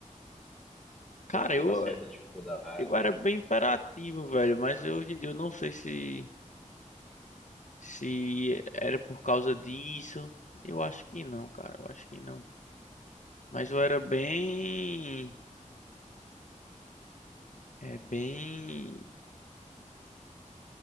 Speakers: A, on the left; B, in the centre.
A: Cara,
B: Então, eu tenho
A: eu,
B: uma certa dificuldade.
A: eu era bem imperativo, velho, mas eu, hoje em dia eu não sei se, se era por causa disso. Eu acho que não, cara, eu acho que não. Mas eu era bem, é, bem,